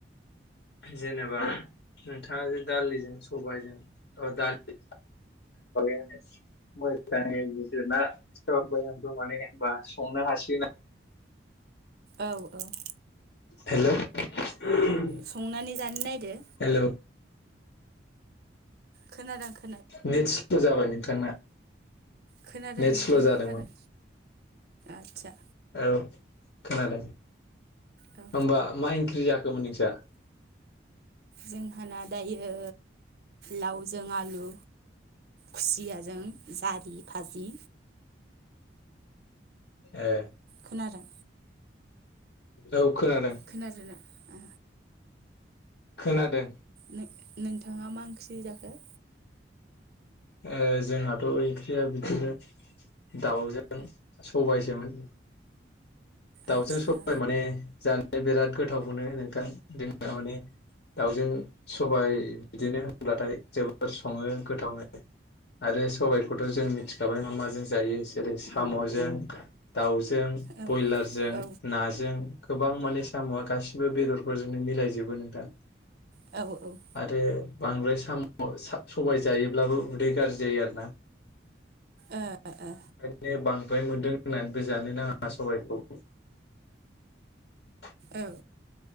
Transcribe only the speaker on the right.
औ औ।
संनानै जानो नायदो।
खोनादों खो
खोनादों
नोंथां
खोनादों आतसा
औ
जोंहाना दायो लावजों आलु खुसियाजों जारि भाजि
खोनादों
खोनादोना आ
नो-नोंथाङा मा ओंख्रि जाखो?
आदसा
औ
औ
औ औ।
ओ ओ।
औ